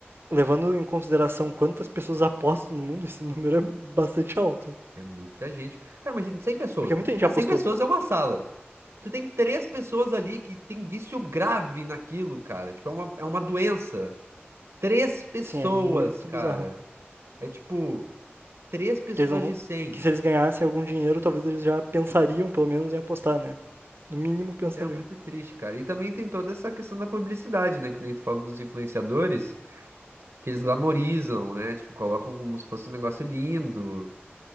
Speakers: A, on the right (about 65°); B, on the right (about 85°).
A: levando em consideração quantas pessoas apostam no mundo, <laughs> esse número é bastante alto.
B: É muita gente. Cara, imagina 100 pessoas.
A: Porque muita gente
B: Cara,
A: já apostou.
B: cem pessoas é uma sala. Tu tem três pessoas ali que tem vício grave naquilo, cara. Tipo, é uma, é uma doença. Três pessoas,
A: Assim, é muito
B: cara.
A: bizarro.
B: É tipo, três pessoas
A: Que eles não,
B: de 100.
A: que se eles ganhassem algum dinheiro, talvez eles já pensariam, pelo menos, em apostar, né? No mínimo pensariam.
B: Isso é muito triste, cara. E também tem toda essa questão da publicidade, né? Que nem tu falou dos influenciadores. que eles glamorizam, né? Tipo, colocam como se fosse um negócio lindo.